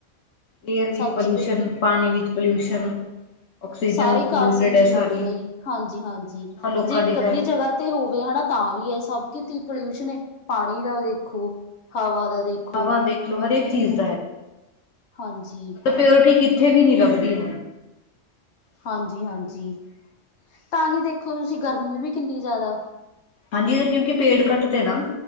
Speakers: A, on the left (about 75°); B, on the left (about 60°).
A: ਏਅਰ ਵਿੱਚ
B: ਸਬਜ਼ੀ
A: ਪੋਲਿਊਸ਼ਨ,
B: ਤੇ
A: ਪਾਣੀ ਵਿੱਚ ਪੋਲਿਊਸ਼ਨ। ਆਕਸੀਜਨ
B: ਸਾਰੇ
A: ਪੋਲਿਊਟਿਡ
B: ਕਾਸ ਚ
A: ਹੈ
B: ਹੀ
A: ਸਾਰੀ
B: ਹੋ ਰਿਹਾ ਜੀ ਹਾਂਜੀ ਹਾਂਜੀ
A: ਨਾ ਲੋਕਾਂ
B: ਜੇ ਇੱਕ
A: ਦੀ
B: ਅੱਧੀ
A: ਹੈ
B: ਜਗ੍ਹਾ। ਤੇ ਹੋਵੇ ਹੈਨਾ ਤਾਂ ਵੀ ਹੈ। ਸਭ ਕੀਤੇ ਪੋਲਿਊਸ਼ਨ। ਪਾਣੀ ਦਾ ਦੇਖੋ, ਹਵਾ ਦਾ ਦੇਖੋ।
A: ਹਵਾ ਦੇਖਲੋ ਹਰੇਕ ਚੀਜ਼
B: ਹਾਂਜੀ।
A: ਪਿਓਰਟੀ ਕਿੱਥੇ ਵੀ ਨਹੀਂ ਲੱਭਦੀ।
B: ਹਾਂਜੀ ਹਾਂਜੀ ਤਾਂ ਹੀ ਦੇਖੋ, ਤੁਸੀਂ ਗਰਮੀ ਵੀ ਕਿੰਨੀ ਜ਼ਿਆਦਾ।
A: ਹਾਂਜੀ ਕਿਉਂਕਿ ਪੇੜ ਕੱਟ ਦੇ ਨਾ।